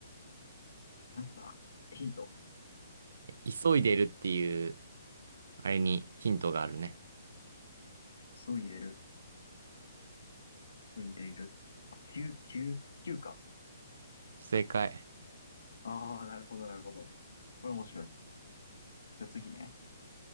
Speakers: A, on the left; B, on the right.
A: なんだ、ヒント。
B: 急いでるっていう、あれにヒントがあるね。
A: そう入れる。そう入れる。あ、9、9、きゅうか。
B: 正解。
A: ああ、なるほど、なるほど。これ面白い。じゃあ次ね。